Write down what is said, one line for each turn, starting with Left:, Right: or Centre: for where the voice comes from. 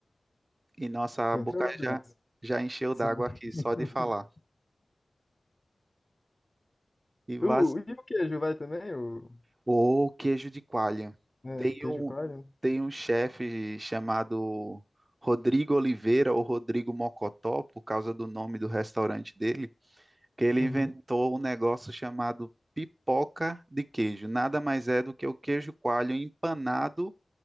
Right: e nossa
Left: Coentro
Right: a boca
Left: é bom demais.
Right: já, já encheu
Left: Sim.
Right: d'água aqui
Left: <laughs>
Right: só de falar. E, bas-
Left: O, e o queijo vai também? O,
Right: Ou queijo de coalha.
Left: né,
Right: Tem
Left: queijo
Right: um,
Left: coalho? né?
Right: tem um chefe chamado Rodrigo Oliveira ou Rodrigo Mocotó, por causa do nome do restaurante dele, que ele
Left: Uhum.
Right: inventou um negócio chamado pipoca de queijo. Nada mais é do que o queijo coalho empanado